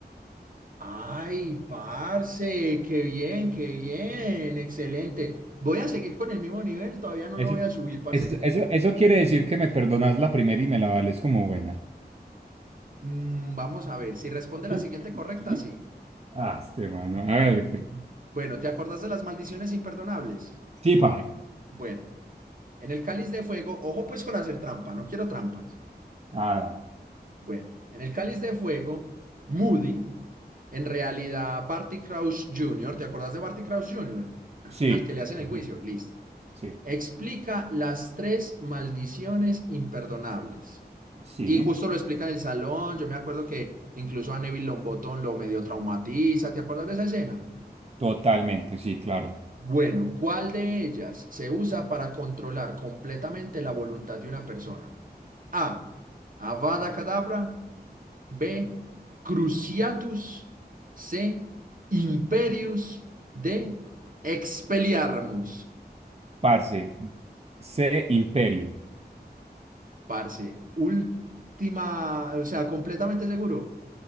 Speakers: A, on the right; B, on the right.
A: Ay, parce, qué bien, qué bien, excelente. Voy a seguir con el mismo nivel, todavía no
B: Eso,
A: lo voy a subir, parce.
B: eso, eso, eso quiere decir que me perdonas la primera y me la vales como buena.
A: Mm, vamos a ver, si responde la
B: <laughs>
A: siguiente correcta, sí.
B: Ah, este mano, hágale. pues.
A: Bueno, ¿te acordás de las maldiciones imperdonables?
B: Sí, pa.
A: Bueno, en el cáliz de fuego, ojo pues con hacer trampa, no quiero trampas.
B: Nada.
A: Bueno, en el cáliz de fuego, Moody, en realidad Barty Crouch Jr., ¿te acordás de Barty Crouch Jr.? <clears throat>
B: Sí,
A: Al que le hacen el
B: Ujú.
A: juicio, listo.
B: sí,
A: Explica las tres maldiciones imperdonables.
B: sí,
A: Y justo lo explica en el salón. Yo me acuerdo que incluso a Neville Longbottom lo medio traumatiza. ¿Te acuerdas de esa escena?
B: totalmente, sí, claro.
A: Bueno, ¿cuál de ellas se usa para controlar completamente la voluntad de una persona? A. Avada Kedavra. B. Cruciatus. C. Imperius. D. Expelliarmus.
B: Parce, C Imperio.
A: Parce, última, o sea, completamente seguro.